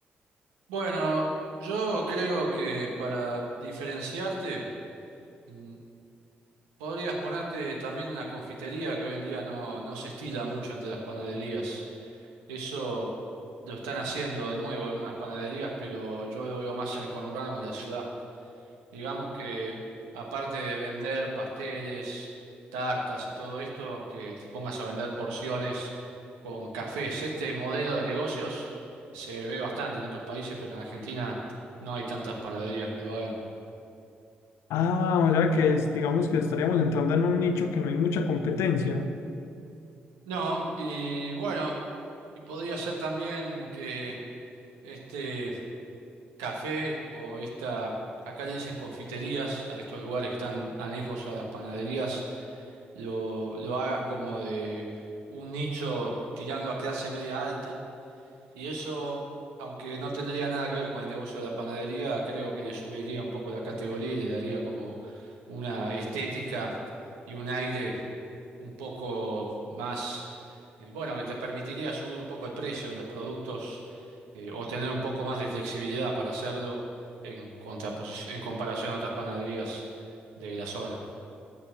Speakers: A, on the right; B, on the left.
A: Bueno, yo creo que para diferenciarte, mm, podrías ponerte también una confitería que hoy en día no, no se estila mucho entre las panaderías. Eso lo están haciendo de nuevo algunas panaderías, pero yo lo veo más en el conurbano o en la ciudad. Digamos que aparte de vender pasteles, tartas y todo esto, que te pongas a vender porciones con cafés. Este modelo de negocios se ve bastante en otros países, pero en Argentina no hay tantas panaderías que lo hagan.
B: Ah, o sea que es, digamos que estaríamos entrando en un nicho que no hay mucha competencia.
A: No, y bueno, y podría ser también que este café o esta, acá le dicen confiterías, a estos lugares que están anejos a las panaderías, lo, lo hagas como de un nicho tirando a clase media alta. Y eso, aunque no tendría nada que ver con el negocio de la panadería, creo que le subiría un poco la categoría y le daría como una estética y un aire un poco más, eh, bueno, que te permitiría subir un poco el precio de los productos eh, o tener un poco más de flexibilidad para hacerlo en contraposi- en comparación a otras panaderías de la zona.